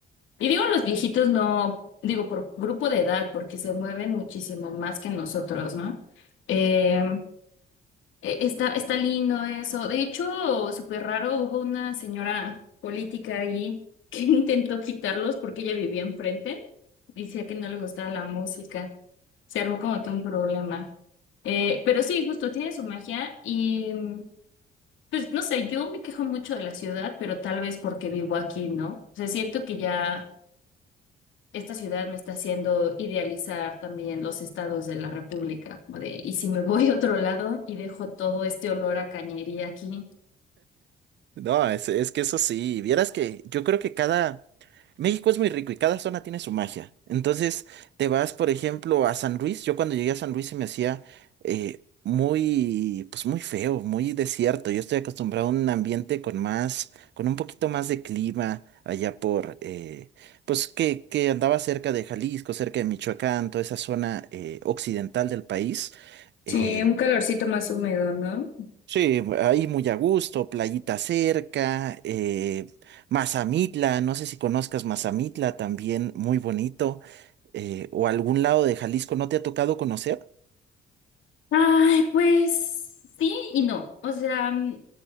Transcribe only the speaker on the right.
No, es, es que eso sí, vieras que yo creo que cada... México es muy rico y cada zona tiene su magia. Entonces, te vas, por ejemplo, a San Luis. Yo cuando llegué a San Luis se me hacía eh, muy, pues muy feo, muy desierto. Yo estoy acostumbrado a un ambiente con más, con un poquito más de clima allá por, eh, pues que, que andaba cerca de Jalisco, cerca de Michoacán, toda esa zona eh, occidental del país. Eh,
Sí, ahí muy a gusto, playita cerca, eh, Mazamitla, no sé si conozcas Mazamitla también, muy bonito, eh, o algún lado de Jalisco, ¿no te ha tocado conocer?